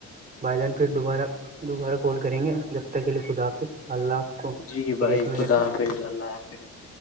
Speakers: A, on the right; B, on the left.
A: بھائی جان پھر دوبارہ دوبارہ کال کریں گے تب تک کے لیے خدا حافظ اللہ آپ کو خریت
B: جی بھائی
A: میں
B: خدا
A: رکھیں
B: حافظ اللہ حافظ